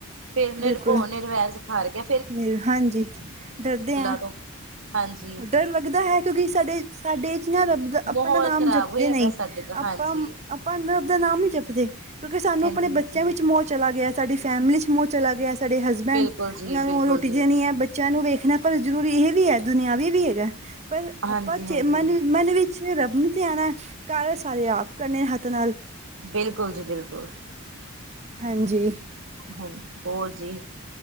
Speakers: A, on the right; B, on the right.
A: ਫੇਰ ਨਿਰਭਔ
B: ਬਿਲਕੁਲ
A: ਨਿਰਵੈਰ ਸਿਖਾ ਰਖਿਆ
B: ਨ ਹਾਂਜੀ ਡਰਦੇ ਹਾਂ
A: ਤੋਂ ਹਾਂਜੀ
B: ਡਰ ਲੱਗਦਾ ਹੈ ਕਿਉਂਕਿ ਸਾਡੇ ਸਾਡੇ ਚ ਨਾ ਰੱਬਦਾ ਆਪਾਂ
A: ਮਾਹੌਲ
B: ਨਾ ਨਾਮ
A: ਖ਼ਰਾਬ
B: ਜਪਦੇ
A: ਹੋਇਆ
B: ਨਹੀਂ
A: ਪਿਆ ਸਾਡੇ ਦਾ
B: ਆਪਾਂ
A: ਹਾਂਜੀ
B: ਆਪਾਂ ਰਬ ਦਾ ਨਾਮ ਨੀ ਜਪਦੇ ਕਿਉਂਕਿ ਸਾਨੂੰ
A: ਹਾਂਜੀ
B: ਆਪਣੇ
A: ਹਾਂਜੀ
B: ਬੱਚਿਆਂ ਵਿੱਚ ਮੌਹ ਚਲਾ ਗਿਆ ਸਾਡੀ ਫੈਮਿਲੀ ਚ ਮੋਹ ਚਲਾ ਗਿਆ ਸਾਡੇ ਹਸਬੈਂਡ
A: ਬਿਲਕੁਲ ਜੀ
B: ਉਹਨਾਂ ਨੂੰ
A: ਬਿਲਕੁਲ
B: ਰੋਟੀ
A: ਜੀ
B: ਦੇਣੀ ਬੱਚਿਆਂ ਨੂੰ ਵੇਖਣਾ ਪਰ ਜ਼ਰੂਰੀ ਇਹ ਵੀ ਹੈ ਦੁਨਿਆਵੀ ਵੀ ਹੈਗਾ ਏ ਪਰ
A: ਹਾਂਜੀ
B: ਆਪਾਂ ਚ
A: ਹਾਂਜੀ
B: ਮਨ ਮਨ ਵਿੱਚ ਜੇ ਰੱਬ ਨੂੰ ਧਿਆਣਾ ਕਾਰਜ ਸਾਰੇ ਆਪ ਕਰਨੇ ਹੱਥ ਨਾਲ
A: ਬਿਲਕੁਲ ਜੀ ਬਿਲਕੁਲ
B: ਹਾਂਜੀ
A: ਹਾਂ ਹੋਰ ਜੀ